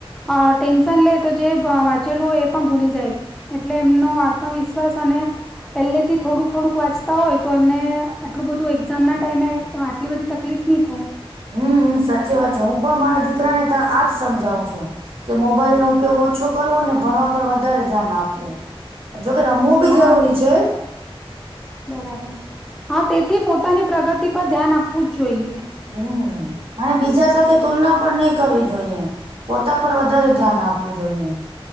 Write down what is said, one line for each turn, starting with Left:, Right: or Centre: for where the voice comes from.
Centre: અ ટેન્શન લેય તો જે બ વાંચેલું હોય એ પણ ભૂલી જાય. એટલે એમનો આત્મવિશ્વાસ અને પેલેથી થોડુંક થોડુંક વાંચતા હોય તો એમને આટલું બધું એઝામના ટાઈમે આટલી બધી તકલીફ ની થાય.
Right: હમ-હમ સાચી વાત જો હું પણ મારા દીકરાને ત આ જ સમજાવું છું કે મોબાઈલનો ઉપયોગ ઓછો કરવો ને ભણવા પર વધારે ધ્યાન આપવું. જોકે રમવું બી
Centre: હા
Right: જરૂરી છે. <inaudible>
Centre: બરાબર. હા તેથી પોતાની પ્રગતિ પર ધ્યાન આપવું જ જોઈએ.
Right: હમ્મ અને બીજા સાથે તુલના પણ નહી કરવી જોઈએ. પોતા પર વધારે ધ્યાન આપવું જોઈએ.